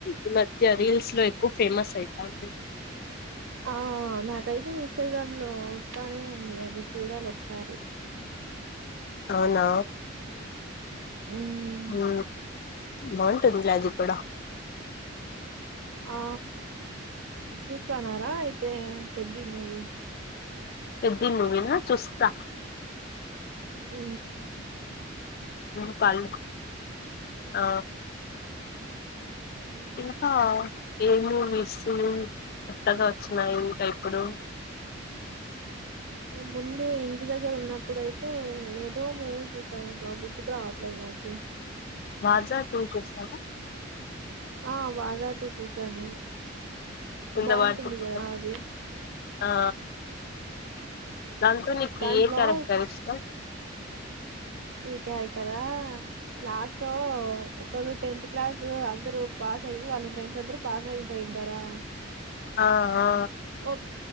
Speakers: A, on the left; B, on the right.
A: ఈ మధ్య రీల్స్ లో ఎక్కువ ఫేమస్ అయితంది
B: ఓ నాకైతే ఇన్స్టాగ్రామ్ లో వస్తానే ఉంది అది చూడాలి ఒకసారి
A: అవునా
B: మ్మ్.
A: ఊ బావు టుంది లా ఇపుడు
B: ఆ చూస్తాన్నారా అయితే పెద్ది మూవీ
A: పెద్ది మువినా చూస్తా
B: ఊ
A: ఉ కల్ ఆ
B: ఆ,
A: ఇంకా ఏ మూవీస్ కొత్తగా వచ్చినయి ఇంకా ఇప్పుడు
B: ముందు ఇంటి దగ్గర ఉన్నప్పుడుయితే ఏదో మూవీ చూసనబ గుర్తుకు రావట్ లేదు నాకు
A: వాజా టు చూసార
B: ఆ వాజా టు చూసాను
A: ఉంద
B: బాగుంటుంది
A: వాట్సప్
B: కదా
A: లో
B: అది
A: ఆ దాంతో నీకే
B: దాంట్లో
A: కరెక్టర్ ఇష్టం
B: ఈ క్యారెక్టరా లాస్ట్ ఒకడు టెన్త్ క్లాస్ లో అందరు పా పాసయి వాళ్ళ ఫ్రెండ్స్ అందరు పాసయి పోయింటారా
A: ఆ ఆ
B: ఒక